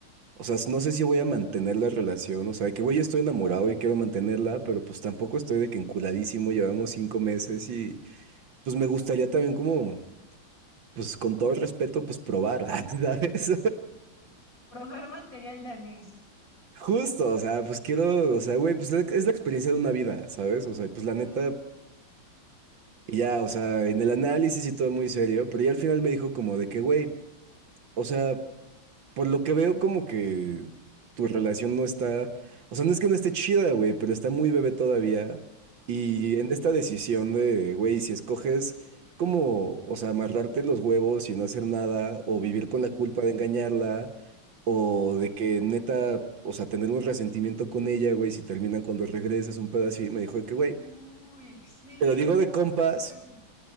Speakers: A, on the right (about 65°); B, on the left (about 40°).
A: o sea, no sé si voy a mantener la relación, o sea, de que, güey, yo estoy enamorado y quiero mantenerla, pero pues tampoco estoy de que enculadísimo, llevamos cinco meses y pues me gustaría también como, pues con todo respeto, pues probar, <laughs> ¿sabes?
B: Probar material danés.
A: Justo, o sea, pues quiero, o sea, güey, pues la- es la experiencia de una vida, ¿sabes? O sea, y pues la neta,
B: Ujú,
A: y ya, o sea, en el análisis y todo muy serio, pero ya al final me dijo como de que, güey, o sea, por lo que veo, como que tu relación no está, o sea, no es que no esté chida, güey, pero está muy bebé todavía. Y
B: Sí.
A: en esta decisión de, güey, si escoges como, o sea, amarrarte los huevos y no hacer nada, o vivir con
B: <laughs>
A: la culpa de engañarla, o
B: Ujú.
A: de que neta, o sea, tener un resentimiento con ella, güey, si terminan cuando regreses un pedo así, me dijo de que, güey,
B: Uy, sí,
A: te lo digo
B: sí,
A: de
B: sí.
A: compas,
B: súper.